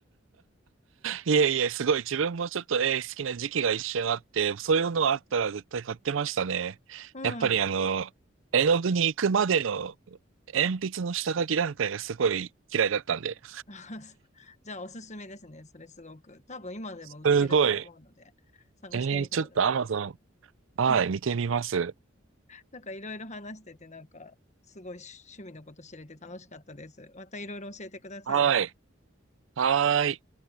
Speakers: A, on the right; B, on the left.
A: いえいえ、すごい。自分もちょっと絵好きな時期が一瞬あって、そういうのあったら絶対買ってましたね。
B: うん。
A: やっぱりあの、
B: <laughs>
A: 絵の具に行くまでの鉛筆の下書き段階がすごい嫌いだったんで。
B: あそうじゃあおすすめですね。それすごく。多分今でも売ってると思うので、
A: <laughs> すごい。
B: 探してみてください。
A: えー、ちょっと Amazon、はい、
B: <laughs>
A: 見てみます。
B: なんかいろいろ話してて、なんかすごい趣味のこと知れて楽しかったです。またいろいろ教えてください。
A: はい。はーい。